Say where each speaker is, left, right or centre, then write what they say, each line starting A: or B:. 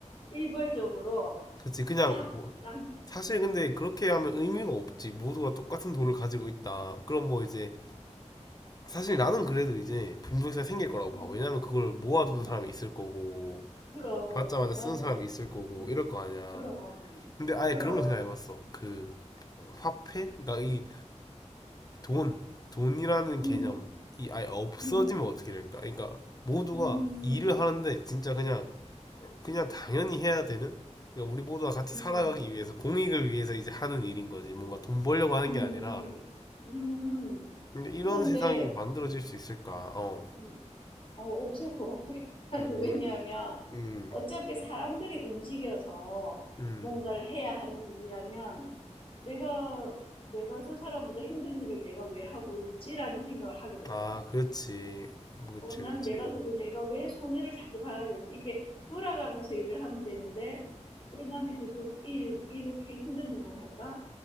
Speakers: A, on the left (about 45°); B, on the left (about 30°).
A: 일괄적으로
B: 그치 그냥
A: 쫙
B: 뭐
A: 남,
B: 사실 근데 그렇게 하면 의미가 없지 모두가 똑같은 돈을 가지고
A: 음,
B: 있다 그럼 뭐 이제 사실 나는 그래도 이제 빈부격차가 생길 거라고
A: 음,
B: 봐 왜냐면 그걸 모아두는
A: 음,
B: 사람이 있을 거고
A: 그럼,
B: 받자마자
A: 맞아.
B: 쓰는 사람이 있을 거고
A: 음,
B: 이럴 거 아니야
A: 그럼,
B: 근데 아예
A: 그럼.
B: 그런 거 생각해봤어 그 화폐? 그러니까 이 돈 돈이라는
A: 음,
B: 개념이 아예 없어지면
A: 음,
B: 어떻게 될까? 그러니까 모두가
A: 음,
B: 일을 하는데 진짜 그냥 그냥 당연히 해야 되는 그러니까 우리 모두가 같이
A: 음,
B: 살아가기 위해서 공익을 위해서 이제 하는 일인 거지 뭔가 돈 벌려고 하는
A: 음,
B: 게 아니라
A: 음.
B: 근데 이런
A: 그런데,
B: 세상이 만들어질 수 있을까? 어,
A: 음, 어, 없을 것 같아. <laughs>
B: 음,
A: 왜냐하면,
B: 음,
A: 어차피 사람들이 움직여서
B: 음,
A: 뭔가를 해야 하는 일이라면, 내가, 내가 저 사람보다 힘든 일을 내가 왜 하고 있지라는 생각을 하게 될
B: 아,
A: 거야.
B: 그렇지, 그렇지,
A: 어, 나는
B: 그렇지,
A: 내가 왜- 내가 왜 손해를 자꾸 봐야 되지? 이게 돌아가면서 일을 하면 되는데 왜 나는 계속 일, 이렇게 힘든 일만 할까?